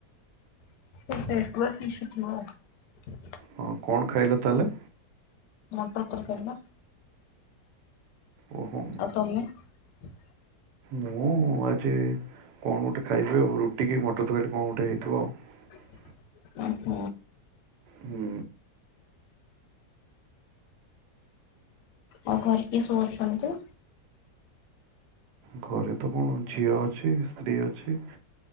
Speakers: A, on the left (about 85°); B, on the right (about 80°).
A: <unintelligible>
B: ହଁ କଣ ଖାଇଲ ତାହେଲେ?
A: ମଟର ତରକାରି ବା
B: ଓହୋ
A: ଆଉ ତମେ? <inaudible>
B: ମୁଁ ଆଜି କଣ ଗୋଟେ ଖାଇବି ଆଉ ରୁଟି କି ମଟର ତରକାରୀ କଣ ଗୋଟେ ହେଇଥିବ ଆଉ।
A: <unintelligible>
B: ହୁଁ।
A: ଆଉ ଘରେ କିଏ ସବୁ ଅଛନ୍ତି?
B: ଘରେ ତ କଣ ଝିଅ ଅଛି ସ୍ତ୍ରୀ ଅଛି।